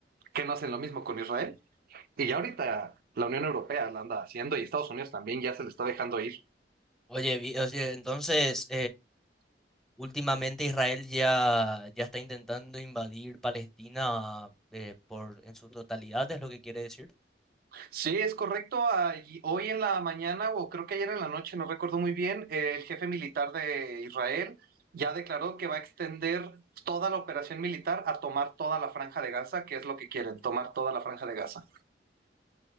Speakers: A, on the right; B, in the centre.
A: que no hacen lo mismo con Israel. Y ya ahorita la Unión Europea la anda haciendo y Estados Unidos también ya se le está dejando ir.
B: Oye, vi- oye, entonces, Últimamente Israel ya, ya está intentando invadir Palestina eh, por, en su totalidad, es lo que quiere decir.
A: Sí, es correcto. Allí- hoy en la mañana, o creo que ayer en la noche, no recuerdo muy bien, eh, el jefe militar de Israel ya declaró que va a extender toda la operación militar a tomar toda la franja de Gaza, que es lo que quieren, tomar toda la franja de Gaza.